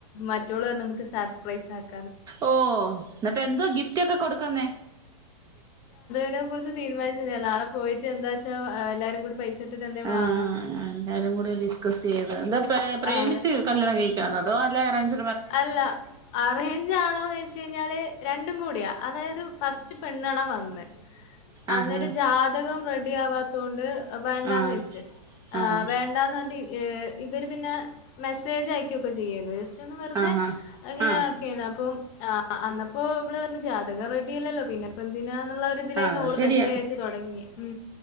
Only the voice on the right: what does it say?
ഓ എന്നിട്ട് എന്തോ ഗിഫ്റ്റ് ഒക്കെ കൊടുക്കുന്നേ
ആഎല്ലാരും കൂടി ഡിസ്കസ് ചെയ്ത എന്താ ഏ പ്രേമിച്ച്
കല്യാണം കഴിക്കാന അതോ അറേഞ്ച്
ആഹ്
ആഹ്
ആഹ്
ആഹ് ആഹ്
ആഹ്
അത്
ശരിയാ